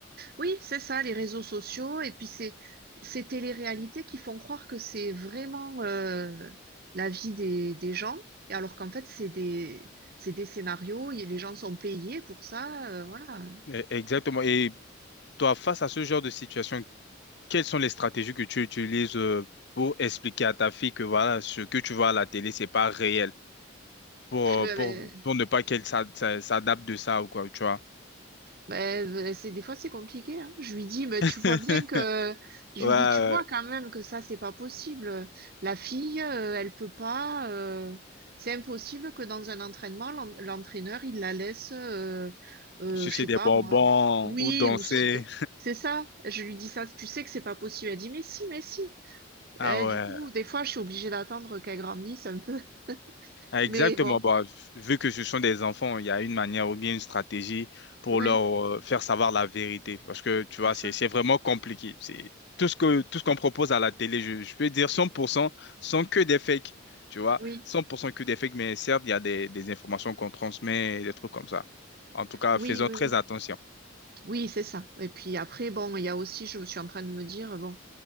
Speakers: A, on the right; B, on the left.
A: Oui, c'est ça, les réseaux sociaux, et puis c'est ces téléréalités qui font croire que c'est vraiment euh, la vie des, des gens, et alors qu'en fait, c'est des, c'est des scénarios, et les gens sont payés pour ça, euh, voilà.
B: E- Exactement. Et toi, face à ce genre de situation, quelles sont les stratégies que tu utilises euh, pour expliquer à ta fille que voilà, ce que tu vois à la télé, c'est pas réel, pour, euh,
A: Euh,
B: pour, pour ne pas qu'elle s'a- s'a- s'adapte de ça ou quoi, tu vois?
A: Ben, ben, c'est des fois c'est compliqué, hein. Je lui dis, ben
B: <laughs>
A: tu vois bien que je
B: Ouais,
A: lui
B: ouais.
A: dis, tu vois quand même que ça c'est pas possible. La fille, euh, elle peut pas. euh, c'est impossible que dans un entraînement, l'en- l'entraîneur il la laisse, euh, euh,
B: sucer
A: je sais
B: des
A: pas
B: bonbons
A: moi. Oui,
B: ou danser.
A: ou sauter. C'est ça. Je lui dis ça. Tu sais que c'est pas possible. Elle dit, mais si, mais si.
B: Ah
A: Eh, du
B: ouais.
A: coup, des fois, je suis obligée d'attendre qu'elle grandisse un peu. <laughs>
B: Ah, Exactement.
A: Mais bon,
B: Bah, vu que ce sont des enfants, il y a une manière ou bien une stratégie pour
A: ouais,
B: leur euh, faire savoir la vérité. Parce que, tu vois,
A: c'est ça.
B: c'est, c'est vraiment compliqué. C'est tout ce que, tout ce qu'on propose à la télé, je, je peux dire 100%, sont que des fakes. Tu vois,
A: Oui,
B: 100% que des fakes, mais certes, il y a des, des informations qu'on transmet, des trucs comme ça. En tout cas,
A: oui,
B: faisons
A: oui,
B: très
A: oui.
B: attention.
A: Oui, c'est ça. Et puis après, bon, il y a aussi, je suis en train de me dire, bon,